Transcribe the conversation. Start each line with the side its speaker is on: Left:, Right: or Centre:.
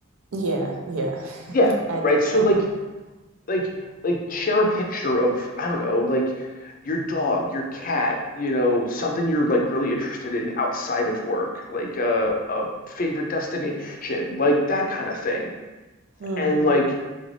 Right: Yeah, yeah. <laughs>
Left: Yeah,
Right: I
Left: right.
Right: do
Left: So
Right: remember.
Left: like like like share a picture of I don't know, like your dog, your cat, you know, something you're like really interested in outside of work, like a a favorite destination, like that kind of thing.
Right: Hmm.
Left: And like